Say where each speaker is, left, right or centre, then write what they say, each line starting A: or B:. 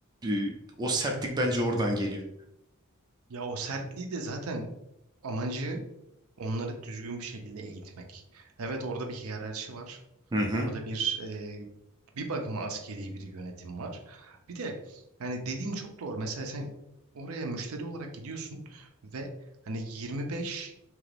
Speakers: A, on the right; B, on the right.
A: e, o sertlik bence oradan geliyor.
B: Ya o sertliği de zaten amacı Onları düzgün bir şekilde eğitmek. Evet orada bir hiyerarşi var.
A: Hı hı.
B: Orada bir e, bir bakıma askeri bir yönetim var. Bir de hani dediğin çok doğru. Mesela sen oraya müşteri olarak gidiyorsun ve hani 25